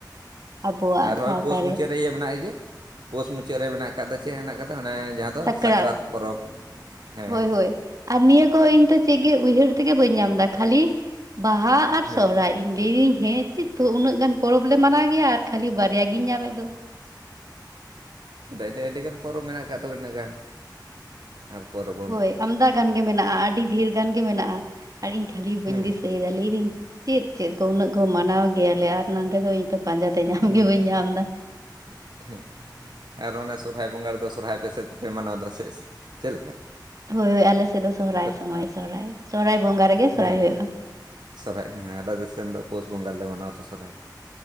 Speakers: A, on the right; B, on the right.
A: ᱟᱵᱚᱣᱟᱜ
B: ᱟᱨᱦᱚᱸ
A: ᱥᱟᱶᱛᱟ
B: ᱯᱳᱥ ᱢᱩᱪᱟᱹᱫ
A: ᱨᱮ᱾
B: ᱤᱭᱟᱹ ᱢᱮᱱᱟᱜ ᱤᱭᱟᱹ ᱯᱳᱥ ᱢᱩᱪᱟᱹᱫ ᱨᱮ ᱢᱮᱱᱟᱜ ᱟᱠᱟᱫᱟ ᱪᱮᱫ ᱢᱮᱱᱟᱜ ᱟᱠᱟᱫᱟ ᱚᱱᱮ ᱡᱟᱦᱟᱸ ᱫᱚ
A: ᱥᱟᱠᱨᱟᱛ
B: ᱯᱚᱨᱚᱵᱽ ᱦᱮᱸ
A: ᱦᱳᱭ ᱦᱳᱭ ᱟᱨ ᱱᱤᱭᱟᱹ ᱠᱚ ᱤᱧ ᱛᱚ ᱪᱮᱫ ᱜᱮ ᱩᱭᱦᱟᱹᱨ ᱛᱮᱜᱮ ᱵᱟᱹᱧ ᱧᱟᱢ ᱫᱟ, ᱠᱷᱟᱹᱞᱤ ᱵᱟᱦᱟ ᱟᱨ
B: ᱦᱮᱸ
A: ᱥᱚᱦᱚᱨᱟᱭ ᱤᱧ ᱞᱟᱹᱭᱫᱟᱹᱧ ᱦᱮᱸ ᱪᱮᱫ ᱛᱚ ᱩᱱᱟᱹᱜ ᱜᱟᱱ ᱯᱚᱨᱚᱵᱽ ᱞᱮ ᱢᱟᱱᱟᱣ ᱜᱮᱭᱟ, ᱟᱨ ᱠᱷᱟᱹᱞᱤ ᱵᱟᱨᱭᱟ ᱜᱤᱧ ᱧᱟᱢᱮᱫ ᱫᱚ᱾
B: ᱟᱹᱰᱤ ᱟᱹᱰᱤᱜᱟᱱ ᱯᱚᱨᱚᱵᱽ ᱢᱮᱱᱟᱜ ᱠᱟᱫ ᱛᱚ ᱤᱱᱟᱹᱜ ᱜᱟᱱ ᱟᱨ ᱯᱚᱨᱚᱵᱽ
A: ᱦᱳᱭ ᱟᱢᱫᱟ ᱜᱟᱱ ᱜᱮ ᱢᱮᱱᱟᱜᱼᱟ, ᱟᱹᱰᱤ ᱰᱷᱤᱨ ᱜᱟᱱ ᱜᱮ ᱢᱮᱱᱟᱜᱼᱟ᱾ ᱟᱨ ᱤᱧ ᱠᱷᱟᱹᱞᱤ ᱵᱟᱹᱧ
B: ᱦᱮᱸ
A: ᱫᱤᱥᱟᱹᱭᱮᱫᱟ, ᱞᱟᱹᱭ ᱫᱟᱹᱧ ᱪᱮᱫ ᱪᱮᱫ ᱠᱚ ᱩᱱᱟᱹᱜ ᱠᱚ ᱢᱟᱱᱟᱣ ᱜᱮᱭᱟᱞᱮ, ᱟᱨ ᱱᱚᱰᱮ ᱫᱚ ᱤᱧ ᱛᱚ ᱯᱟᱸᱡᱟᱛᱮ ᱧᱟᱢ
B: ᱦᱮᱸ
A: ᱜᱮ ᱵᱟᱹᱧ ᱧᱟᱢ ᱫᱟ᱾
B: <unintelligible> ᱟᱨ ᱚᱱᱮ ᱥᱚᱨᱦᱟᱭ ᱵᱚᱸᱜᱟ ᱨᱮᱫᱚ ᱥᱚᱨᱦᱟᱭ ᱟᱯᱮ ᱥᱮᱫ ᱯᱮ ᱢᱟᱱᱟᱣᱫᱟ ᱥᱮ ᱪᱮᱫ ᱞᱮᱠᱟ?
A: ᱦᱳᱭ ᱦᱳᱭ ᱟᱞᱮ ᱥᱮᱫ ᱫᱚ ᱥᱚᱦᱨᱟᱭ
B: ᱟᱯᱮ ᱫᱚ
A: ᱥᱚᱢᱚᱭ ᱥᱚᱦᱨᱟᱭ, ᱥᱚᱦᱨᱟᱭ ᱵᱚᱸᱜᱟ ᱨᱮᱜᱮ ᱥᱚᱨᱦᱟᱭ
B: ᱦᱮᱸ
A: ᱦᱩᱭᱩᱜᱼᱟ᱾
B: ᱦᱮᱸ ᱥᱚᱨᱦᱟᱭ ᱦᱮᱸ ᱟᱞᱮ ᱫᱤᱥᱚᱢ ᱫᱚ ᱯᱳᱥ ᱵᱚᱸᱜᱟᱞᱮ ᱢᱟᱱᱟᱣ ᱟᱛᱚ ᱥᱚᱦᱨᱟᱭ᱾